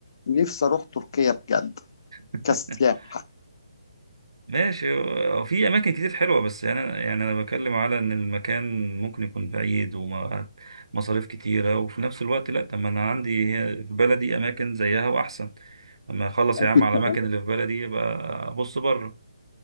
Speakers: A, on the left; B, on the right.
A: نفسي اروح تركيا بجد
B: <laughs>
A: كسياحة
B: ماشي هو في اماكن كتير حلوه بس يعني انا يعني انا بكلم على ان المكان ممكن يكون بعيد ومصاريف كتيره وفي نفس الوقت لا طب ما انا عندي هي- في بلدي اماكن زيها واحسن لما اخلص
A: اكيد
B: يا عم على
A: طبعا
B: الاماكن اللي في بلدي يبقى ابص بره